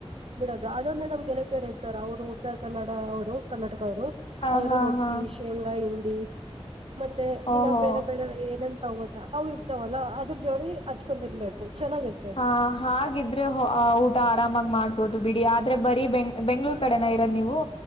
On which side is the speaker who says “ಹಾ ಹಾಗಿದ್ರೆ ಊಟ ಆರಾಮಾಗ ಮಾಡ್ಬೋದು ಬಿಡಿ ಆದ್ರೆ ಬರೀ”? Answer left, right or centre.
Left